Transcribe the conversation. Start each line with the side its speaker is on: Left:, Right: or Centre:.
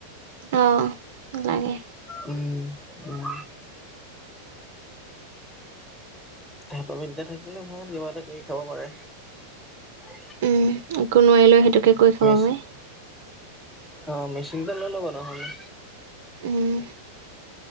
Right: অ লাগে
Centre: উম উম হাতৰ বিদ্যা থাকিলে ভাল কিবা এটা কৰি খাব পাৰে
Right: উম একো নোৱাৰিলেও সেইটোকে কৰি খাব
Centre: মেচ
Right: পাৰি
Centre: অ মেচিনতে লৈ ল'ব নহ'লে
Right: উম